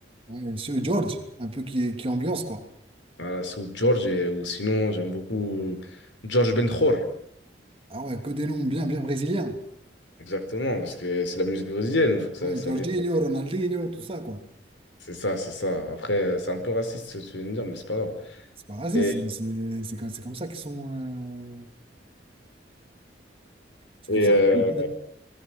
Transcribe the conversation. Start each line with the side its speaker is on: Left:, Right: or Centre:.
Right: ouais, Monsieur George, un peu qui, qui ambiance, quoi.
Left: Voilà, Seu Jorge, et- ou sinon, j'aime beaucoup Jorge Benjor,
Right: Ah ouais, que des noms bien, bien brésiliens.
Left: exactement, parce que c'est la musique brésilienne, faut que ça,
Right: Ouais,
Left: ça
Right: Jorginho,
Left: vienne.
Right: Ronaldinho, tout ça, quoi.
Left: C'est ça, c'est ça. Après, c'est un peu raciste ce que tu viens de dire, mais c'est pas grave.
Right: C'est pas raciste,
Left: Et,
Right: hein, c'est c'est comme, c'est comme ça qu'ils sont. euh, c'est
Left: et,
Right: comme ça
Left: euh,
Right: qu'on dit,